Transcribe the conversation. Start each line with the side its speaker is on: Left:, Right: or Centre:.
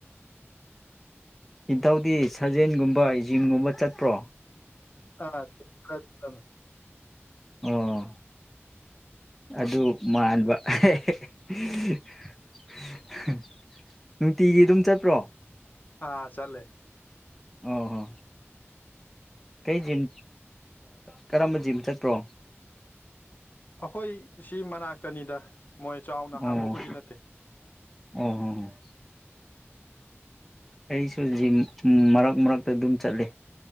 Centre: ꯅꯤꯡꯊꯧꯗꯤ ꯁꯥꯖꯦꯜꯒꯨꯝꯕ ꯖꯤꯝꯒꯨꯝꯕ ꯆꯠꯄ꯭ꯔꯣ
Left: ꯑꯥꯤ ꯀꯃꯦ
Centre: ꯑꯣ ꯑꯗꯨ ꯃꯥꯟꯕ ꯑ <unintelligible> ꯅꯨꯡꯇꯤꯒꯤ ꯑꯗꯨꯝ ꯆꯠꯄ꯭ꯔꯣ
Left: ꯑꯥ ꯆꯂꯦ
Centre: ꯑꯣꯍꯣ ꯀꯩ ꯖꯤꯝ ꯀꯔꯝꯕ ꯖꯤꯝ ꯆꯠꯄ꯭ꯔꯣ
Left: ꯑꯩꯈꯣꯏ ꯁꯤ ꯃꯅꯥꯛꯇꯅꯤꯗ ꯃꯣꯏ ꯆꯥꯎꯅ
Centre: ꯑꯣ
Left: ꯍꯥꯡꯕꯕꯨꯗꯤ ꯅꯠꯇꯦ
Centre: ꯑꯣ ꯍ ꯑꯩꯁꯨ ꯖꯤꯝ ꯃꯔꯛ ꯃꯔꯛꯇ ꯑꯗꯨꯝ ꯆꯠꯂꯤ